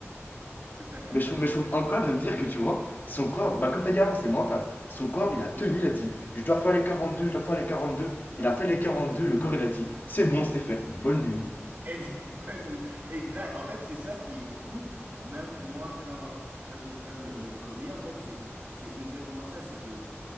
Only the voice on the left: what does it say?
Mais je, trouve, mais je trouve incroyable de me dire que tu vois, son corps, bah comme tu as dit avant, c'est mental. Son corps, il a tenu, il a dit Je dois faire les quarante deux je dois faire les quarante deux
Il a fait les quarante deux le corps, il a dit C'est bon, c'est fait, bonne nuit.